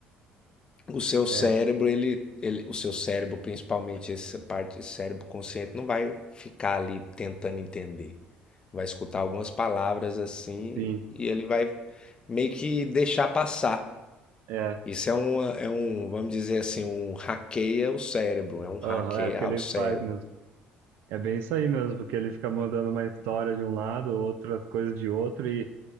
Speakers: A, on the left; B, on the right.
A: o seu cérebro,
B: é,
A: ele, ele, o seu cérebro, principalmente essa parte do cérebro consciente, não vai ficar ali tentando entender. Vai escutar algumas palavras assim
B: sim,
A: e ele vai meio que deixar passar.
B: é,
A: Isso é, uma, é um, vamos dizer assim, um hackeia o cérebro, é um hackeia
B: aham, é o que
A: ao
B: ele
A: cérebro.
B: faz mesmo. É bem isso aí mesmo, porque ele fica mandando uma história de um lado, outras coisas de outro, e,